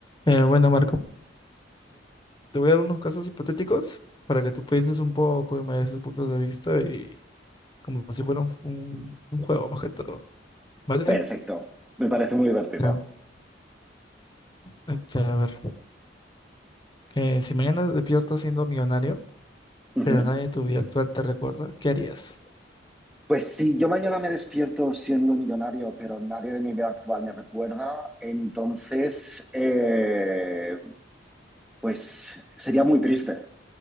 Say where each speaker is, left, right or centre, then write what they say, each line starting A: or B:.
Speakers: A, on the left; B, in the centre.
A: Eh, bueno, Marco, te voy a dar unos casos hipotéticos para que tú pienses un poco y me des tus puntos de vista y como si fuera un, un- un juego más que todo, ¿vale?
B: Perfecto, me parece muy divertido.
A: Ya. Este, a ver, eh, si mañana despiertas siendo millonario,
B: Ujú.
A: pero nadie de tu vida actual te recuerda, ¿qué harías?
B: Pues si yo mañana me despierto siendo millonario, pero nadie de mi vida actual me recuerda, entonces, eh, pues sería muy triste,